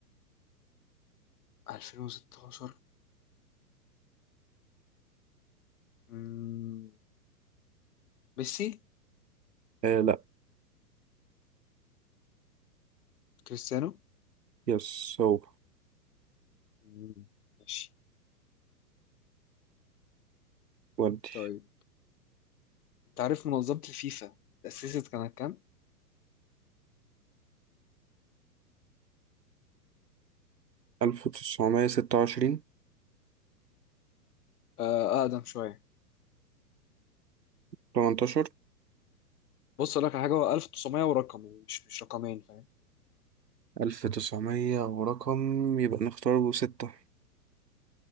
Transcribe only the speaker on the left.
2016 مم، ميسي
كريستيانو
مم. ماشي
طيب انت عارف منظمة الفيفا تأسست كانت كام؟
آه أقدم شوية
بص أقول لك على حاجة هو 1900 ورقم يعني مش مش رقمين فاهم؟